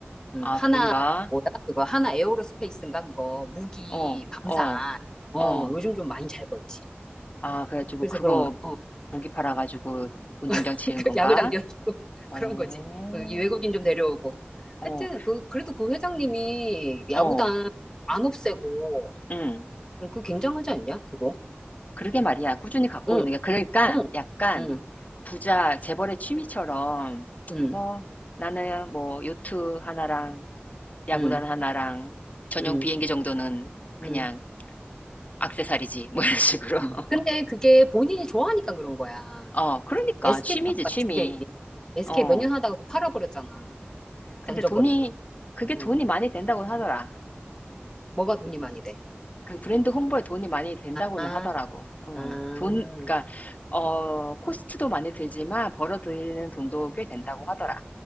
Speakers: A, on the left; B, on the left.
A: 응.
B: 아,
A: 하나
B: 그런가?
A: 뭐야 그거 하나 에어로스페이스인가 그거 무기
B: 어,
A: 방산.
B: 어,
A: 어
B: 어.
A: 요즘 좀 많이 잘 벌지.
B: 아, 그래가지고
A: 그래서
B: 그거
A: 그런가. 어.
B: 무기 팔아가지고 운동장
A: <laughs>
B: 지은 건가?
A: 야구장 지어주고 <laughs>
B: 어,
A: 그런 거지. 어, 이 외국인 좀 데려오고.
B: 어,
A: 하여튼 그 그래도 그 회장님이 야구단
B: 어,
A: 안 없애고
B: 응.
A: 음, 그 굉장하지 않냐? 그거.
B: 그러게 말이야. 꾸준히 갖고
A: 응,
B: 있는 게. 그러니까
A: 응,
B: 약간
A: 응,
B: 부자 재벌의 취미처럼
A: 응,
B: 뭐 나는 뭐 요트 하나랑 야구단
A: 응,
B: 하나랑 전용
A: 응,
B: 비행기 정도는 그냥
A: 응.
B: 악세사리지 뭐 이런 식으로. <laughs>
A: 응. 근데 그게 본인이 좋아하니까 그런 거야.
B: 어, 그러니까
A: SK
B: 취미지,
A: 바빠
B: 취미.
A: SK. SK
B: 어.
A: 몇 년 하다가 또 팔아버렸잖아.
B: 근데
A: 던져버리고.
B: 돈이 그게
A: 응.
B: 돈이 많이 된다고 하더라.
A: 뭐가 돈이 많이 돼?
B: 그 브랜드 홍보에 돈이 많이 된다고는
A: 아,
B: 하더라고. 응.
A: 아.
B: 돈, 그러니까 어 코스트도 많이 들지만 벌어들이는 돈도 꽤 된다고 하더라.